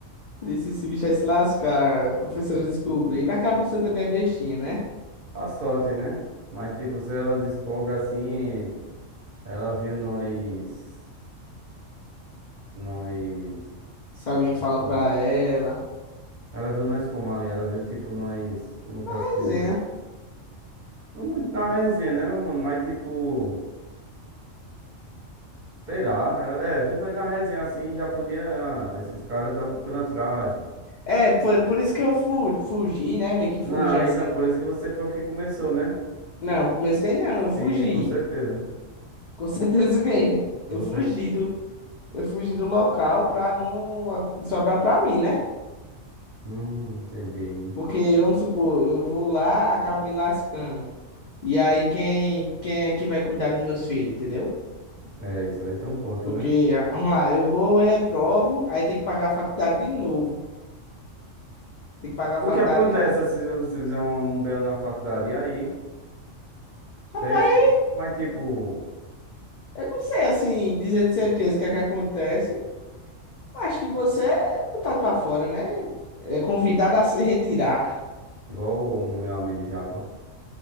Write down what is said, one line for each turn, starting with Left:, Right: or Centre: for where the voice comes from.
Left: disse, esse bicho vai se lascar. A professora
Right: Foi
Left: descobriu. Mas aquela professora também é bestinha, né?
Right: a sorte, né? Mas, tipo, se ela descobre assim, ela viu nós, nós,
Left: Se alguém fala
Right: nós como?
Left: pra ela.
Right: Ela viu nós como ali, ela viu, tipo, nós, como eu posso
Left: Resenha.
Right: dizer? Não muito na resenha, né, meu mano? Mas, tipo, sei lá, ela, é, viu nós na resenha assim, já podia, ah, esses caras tá com pilantragem.
Left: É, por, por isso que eu fu fugi, né? Meio que fugi
Right: Não,
Left: assim.
Right: então, por isso que você foi o que começou, né?
Left: Não, comecei não, eu fugi.
Right: Sim, com certeza.
Left: Com <laughs> certeza o quê?
Right: Foi
Left: Eu
Right: você.
Left: fugi
Right: que-
Left: do, eu fugi do local pra não a- sobrar pra mim, né?
Right: Hum, entendi.
Left: Porque, vamos supor, eu vou lá, acabo me lascando. E aí, quem, quem é que vai cuidar dos meus filhos, entendeu?
Right: É isso aí, tem um ponto,
Left: Porque,
Right: né?
Left: ah, vamos lá, eu vou, reprovo, aí tem que pagar a faculdade de novo. Tem que pagar
Right: O
Left: a faculdade
Right: que acontece
Left: de novo.
Right: se você fizer um, um BO na faculdade? E aí, hein? Isso
Left: Rapaz,
Right: é isso. Mas, tipo,
Left: eu não sei, assim, dizer de certeza o que é que acontece. Eu Acho que você é botado pra fora, né? É convidado a se retirar.
Right: igual o meu amigo Japa,